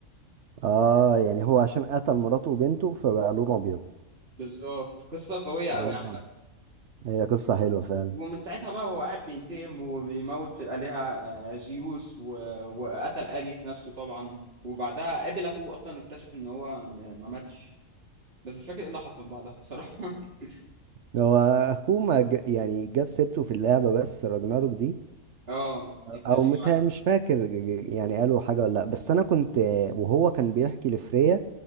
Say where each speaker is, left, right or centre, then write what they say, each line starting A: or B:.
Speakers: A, on the right; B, on the right.
A: اه يعني هو عشان قتل مراته وبنته فبقى لونه ابيض
B: بالظبط قصة قوية قوي
A: اه
B: عامه.
A: هي قصة حلوة فعلا
B: ومن ساعتها بقى هو قاعد بينتقم وبيموت في الآلهة آه، زيوس و... وقتل أريس نفسه طبعا وبعدها قابل أخوه أصلا اكتشف إن هو م- ما ماتش بس مش فاكر إيه اللي حصل بعدها بصراحة <laughs>
A: هو أخوه ما ج... يعني جاب سيرته في اللعبة بس راجناروك دي
B: اه اتكلموا
A: أو متها
B: عنه
A: مش فاكر ج- ج- يعني قالوا حاجة ولا لأ بس أنا كنت وهو كان بيحكي لفريا